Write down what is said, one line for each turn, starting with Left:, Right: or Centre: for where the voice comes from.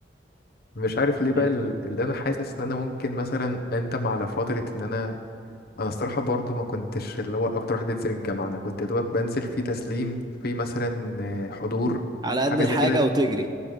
Left: مش عارف ليه بقى
Right: تخيل.
Left: ال- اللي انا حاسس ان انا ممكن مثلا اندم على فتره ان انا انا الصراحه برضو ما كنتش اللي هو اكتر واحد بينزل الجامعه انا كنت يا دوبك بنزل في تسليم في مثلا آه، حضور
Right: على قد
Left: حاجه
Right: الحاجه
Left: زي كده
Right: وتجري